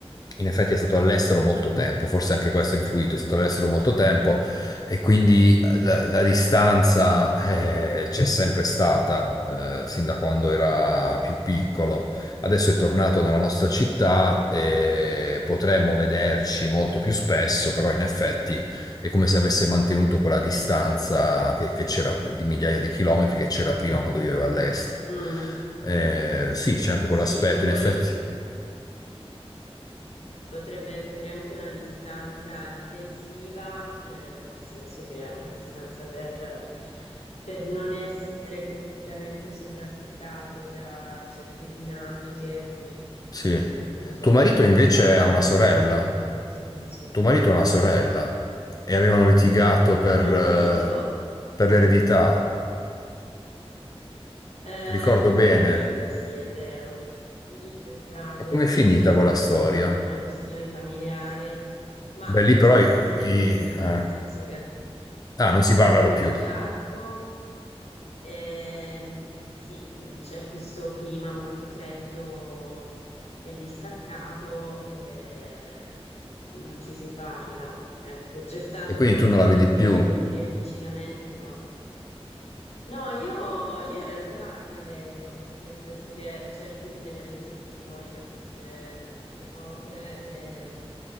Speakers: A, on the left; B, on the left.
A: in effetti è stato all'estero molto tempo, forse anche questo ha influito, è stato all'estero molto tempo e quindi la, la distanza eh, c'è sempre stata, eh, sin da quando era più piccolo. Adesso è tornato nella nostra città
B: Mm.
A: e potremmo vederci molto più spesso, però in effetti è come se avesse mantenuto quella distanza che, che c'era di migliaia di chilometri che c'era prima quando viveva all'estero.
B: Mm.
A: Eh, sì, c'è anche quell'aspetto,
B: Sì, che
A: in
B: poi
A: effetti.
B: Potrebbe essere anche una distanza difensiva, eh, nel senso che è una distanza per, per non essere completamente sovrastato da certe dinamiche. Poi, mh,
A: Sì.
B: non lo so,
A: Tuo marito
B: io
A: invece
B: parlo
A: ha
B: più
A: una
B: per
A: sorella.
B: me in realtà in questo caso.
A: Tuo marito ha una sorella e avevano litigato per,
B: Mio
A: eh,
B: marito,
A: per l'eredità.
B: eh,
A: Ricordo
B: mio
A: bene.
B: marito, sì, è vero, lì c'è stato,
A: E com'è finita
B: sì,
A: quella
B: tutto
A: storia?
B: un- una questione familiare, ma
A: Beh, lì
B: mh,
A: però i-
B: non
A: i-
B: è finita,
A: eh,
B: nel senso che
A: ah, non si parlano
B: Hanno litigato,
A: più
B: ehm, sì, c'è questo clima molto freddo e distaccato, e non ci si parla. Ecco, c'è stato
A: e quindi
B: qualche
A: tu non la vedi
B: tentativo
A: più.
B: di riavvicinamento, ma no, io, io in realtà la vedo, nel senso che cerco di tenermi sempre fuori da queste, da queste cose. E,